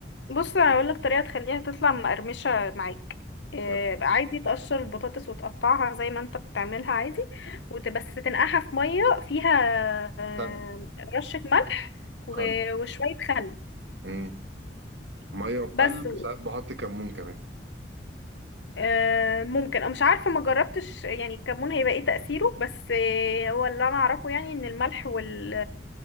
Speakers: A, on the left; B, on the right.
A: بص هقول لك طريقة تخليها تطلع مقرمشة معاك آه،
B: يا
A: بقى عادي تقشر البطاطس وتقطعها زي ما انت بتعملها عادي وبس تنقعها في مية فيها آه،
B: خل
A: رشة ملح و-
B: خل
A: وشوية خل
B: مم. ميه وخل
A: بس
B: وساعات بحط كمون كمان
A: آه، ممكن انا مش عارفه ما جربتش يعني الكمون هيبقى ايه تاثيره بس آه، هو اللي انا اعرفه يعني ان الملح وال